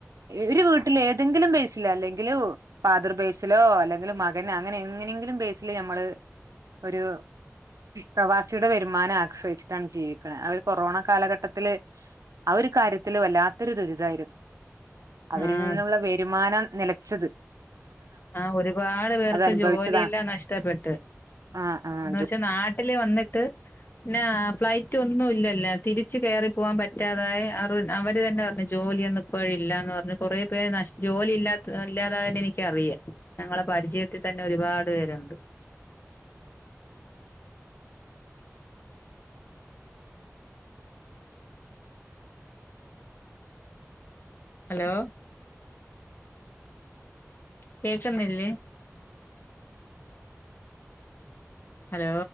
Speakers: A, on the right; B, on the left.
A: ഒരു വീട്ട വീട്ടിൽ ഏതെങ്കിലും ബേസിലോ അല്ലെങ്കിൽ ഫാദർ ബേസിലോ അല്ലെ മകന് അങ്ങനെ എങ്ങനെങ്കിലും ബേസില് നമ്മള് ഒരു പ്രവാസിയുടെ വരുമാനം ആശ്രയിച്ചിട്ടാണ് ജീവിക്കുന്നത് അവര് കൊറോണ കാലഘട്ടത്തില് ആ ഒരു കാര്യത്തില് വല്ലാത്തൊരു ദുരിതായിരുന്നു അവരിൽ
B: ആഹ്
A: നിന്നുള്ള വരുമാനം നില പിച്ചത്
B: ആ ഒരുപാട് പേർക്ക്
A: അനുഭവിച്ചതാണ്
B: ജോലിയെല്ലാം നഷ്ടപ്പെട്ട്
A: ആ ആ
B: എന്നുവെച്ചാ നാട്ട നട്ട വന്നിട്ട് പിന്ന ഫ്ലൈറ്റ് ഒന്നും ഇല്ലല്ല തിരിച്ച് കേയറി പോകാൻ പറ്റാതായി അവ അവര് തന്നെ പറഞ്ഞു ജോലിയൊന്നും ഇപ്പഴ് ഇല്ലാന്ന് പറഞ്ഞ് കൊറെ പേര് ജോലി ഇല്ലാത്ത ഇല്ലാത തന്നെ എനിക്കറിയാം ഞങ്ങളെ പരിചയത്തിൽ തന്നെ ഒരുപാട് പേരുണ്ട് ഹലോ കേക്കുന്നില്ലേ ഹലോ